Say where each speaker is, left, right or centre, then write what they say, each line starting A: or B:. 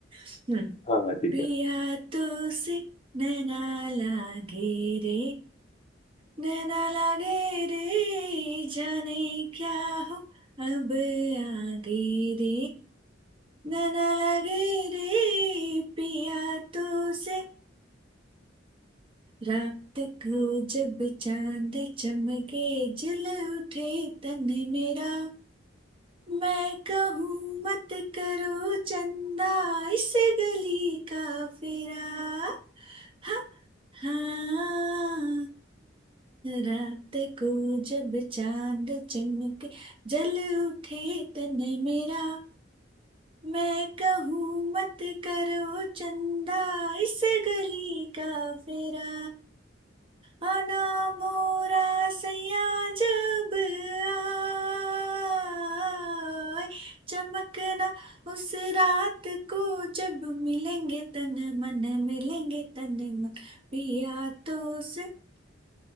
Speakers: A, on the right (about 30°); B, on the left (about 35°).
A: हम्म
B: हाँ हाँ ठीक
A: पिया
B: है
A: तो से नैना लागे रे नैना लागे रे जाने क्या हो अब आगे रे नैना लगे रे पिया तो से रात को जब चांद चमके जल उठे तन मेरा मैं कहूँ मत करो चंदा इस गली का फेरा हा हाँ रात को जब चांद चमके जल उठे तन मेरा मैं कहूँ मत करो चंदा इस गली का फेरा आना मोरा सैया जब आए चमकना उस रात को जब मिलेंगे तन मन मिलेंगे तन मन पिया तो से